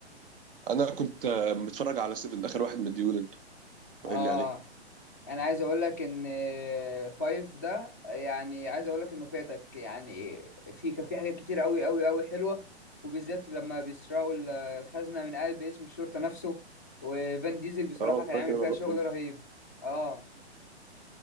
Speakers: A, on the right; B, on the left.
A: انا كنت آه، متفرج على 7 اخر واحد مديهولي انت قايل
B: اه
A: لي عليه
B: انا عايز اقول لك ان فايف ده يعني عايز اقول لك انه فاتك يعني في كان في حاجات كتير قوي قوي قوي حلوه وبالذات لما بيسرقوا ال- الخزنه من قلب اسم الشرطه نفسه وفان ديزل بصراحه
A: اه
B: كان
A: فاكر
B: عامل
A: انا
B: فيها
A: اللقطه
B: شغل
A: دي
B: رهيب اه